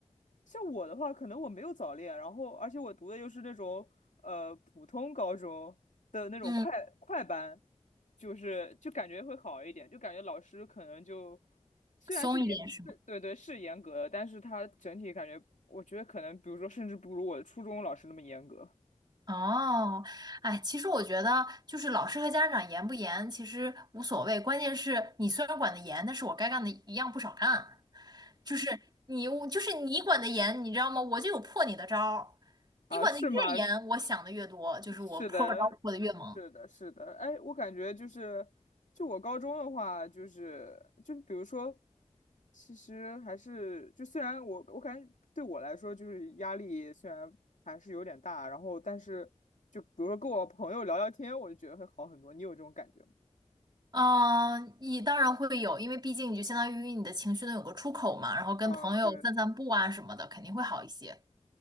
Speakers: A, on the left (about 90°); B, on the right (about 35°).
A: 像我的话，可能我没有早恋，然后而且我读的又是那种呃普通高中的那种快快班，
B: 嗯，
A: 就是就感觉会好一点，就感觉老师可能就虽然是严是对对是严格的，
B: 松一点是吗？
A: 但是他整体感觉，我觉得可能比如说甚至不如我的初中老师那么严格
B: 哦，哎，其实我觉得就是老师和家长严不严其实无所谓，关键是你虽然管得严，但是我该干的一样不少干。就是你，就是你管得严，你知道吗？我就有破你的招儿。
A: 啊，
B: 你管得越严，
A: 是吗？
B: 我想的越多，就是我破招破的越猛。
A: <laughs> 是的，是的，是的，哎，我感觉就是，就我高中的话，就是就比如说，其实还是就虽然我我感觉对我来说就是压力虽然还是有点大，然后但是就比如说跟我朋友聊聊天，我就觉得会好很多。你有这种感觉吗？
B: 嗯，你当然会有，因为毕竟你就相当于你的情绪能有个出口嘛，然后跟朋友散散步啊什么的，
A: 嗯，对
B: 肯定会好一些。